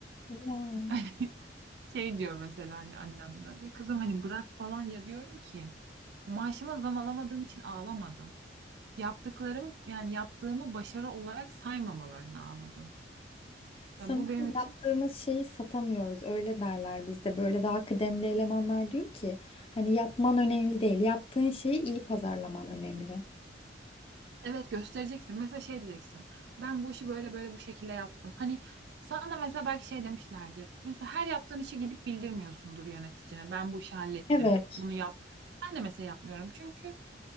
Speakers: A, on the left; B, on the right.
A: Ya.
B: <laughs> Şey diyor mesela hani annemler. Ya kızım hani bırak falan ya diyorum ki. Maaşıma zam alamadığım için ağlamadım yaptıklarım yani yaptığımı başarı olarak saymamalarını ağladım.
A: Sanırım
B: Yani bu benim için
A: yaptığımız şeyi satamıyoruz. Öyle derler bizde. Böyle daha kıdemli elemanlar diyor ki hani yapman önemli değil. Yaptığın şeyi iyi pazarlaman önemli.
B: evet göstereceksin. Mesela şey diyeceksin. Ben bu işi böyle böyle bu şekilde yaptım. Hani sana da mesela belki şey demişlerdir. Mesela her yaptığın işi gidip bildirmiyorsundur yöneticine. Ben bu işi hallettim.
A: Evet.
B: Bunu yap. Ben de mesela yapmıyorum. Çünkü